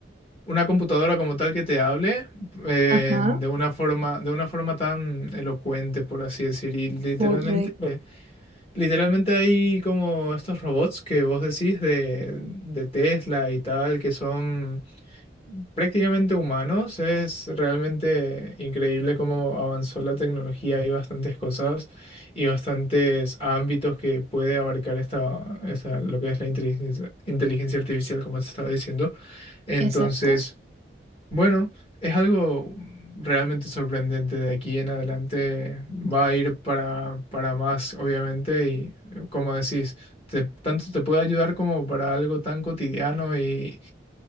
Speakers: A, on the left (about 30°); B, on the right (about 35°).
A: una computadora como tal que te hable eh,
B: Ajá,
A: de una forma, de una forma tan elocuente, por así decir, y literalmente...
B: correcto,
A: Literalmente hay como estos robots que vos decís de, de Tesla y tal, que son prácticamente humanos. Es realmente increíble cómo avanzó la tecnología. Hay bastantes cosas y bastantes ámbitos que puede abarcar esta, esta- lo que es la inteligencia, inteligencia artificial, como te estaba diciendo. Entonces...
B: exacto.
A: Bueno, es algo realmente sorprendente. De aquí en adelante va a ir para, para más, obviamente, y eh, como decís, te- tanto te puede ayudar como para algo tan cotidiano y,